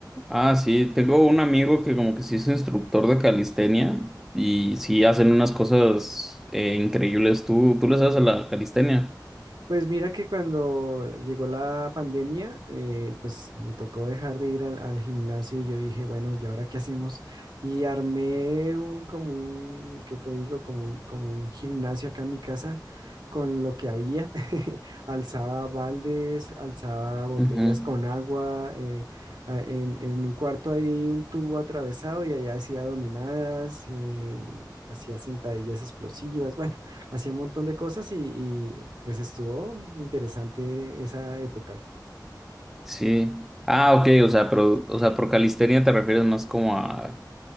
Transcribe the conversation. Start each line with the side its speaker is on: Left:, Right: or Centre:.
Centre: Ah, sí, tengo un amigo que como que sí es instructor de calistenia y sí hacen unas cosas eh, increíbles. ¿Tú, tú le sabes a la calistenia?
Right: Pues mira que cuando llegó la pandemia, eh, pues me tocó dejar de ir al, al gimnasio y yo dije, bueno, ¿y ahora qué hacemos? Y armé un, como un, ¿qué te digo? Como un, como un gimnasio acá en mi casa con lo que había. <laughs> Alzaba baldes, alzaba botellas
Centre: Ujú,
Right: con agua, eh, a- en, en un cuarto hay un tubo atravesado y allá hacía dominadas, eh, hacía sentadillas explosivas, <laughs> bueno hacía un montón de cosas y, y, pues estuvo interesante esa época.
Centre: Sí. Ah, ok, o sea, pero, o sea, por calistenia te refieres más como a